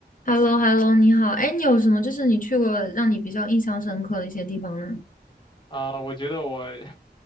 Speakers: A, on the left; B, on the left.
A: h e l l o h e l l o 你好，哎，你有什么就是你去过让你比较印象深刻的一些地方呢？
B: 啊、我觉得我 <laughs>